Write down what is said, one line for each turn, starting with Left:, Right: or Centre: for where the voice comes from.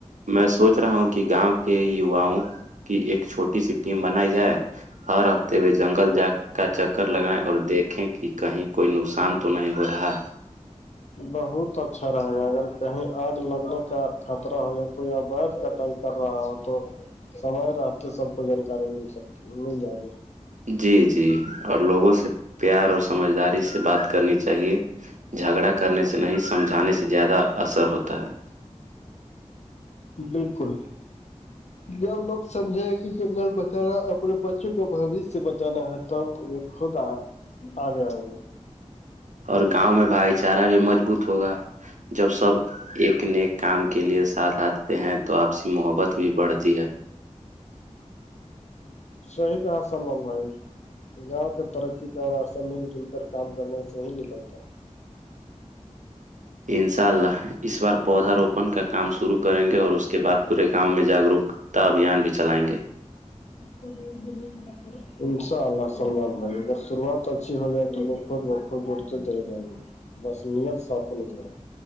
Right: میں سوچ رہا ہوں کہ گاؤں کے یواؤں کی ایک چھوٹی سی ٹیم بنائی جائے ہر ہفتے جنگل جا کا چکر لگائیں اور دیکھیں کہ کہیں کوئی نقصان تو نہیں ہو رہا
Left: بہت اچھا رہے گا اگر کہیں آگ لگنے کا خطرہ ہو یا کوئی اوھ کٹائی کر رہا ہو تو سمئے رہتے سب کو جانکاری مل سکتی مل جائے گی
Right: جی جی اور لوگوں سے پیار اور سمجھداری سے بات کرنی چاہیے جھگڑا کرنے سے نہیں سمجھانے سے زیادہ اثر ہوتا ہے
Left: بالکل جب لوگ سمجھے ہے کہ جنگل بچ رہا اپنے بچوں کا بوشیہ سے بچانا ہے تب خود آ آگے آے
Right: اور گاؤں میں بھائی چارہ بھی مضبوط ہوگا جب سب ایک نیک کام کے لیے ساتھ آتے ہیں تو آپ سے محبت بھی بڑھتی ہے
Left: صحیح کہااں سل اللہائی گاؤں کے ترقی کا واثہ مل جل کر کام کرنے سے ہی نکلتا ہے
Right: انشاء اللہ اس بار پودا روپن کا کام شروع کریں گے اور اس کے بعد پورے گاؤں میں جاگروکتا ابھیان بھی چلائیں گے
Left: بول انشاء اللہ اللمان بھائی اگر شروعات اچھی ہو جائے تو لوگ خود بخود جرتے چرے جائیں گے بس نیت صاف ہونی چاہا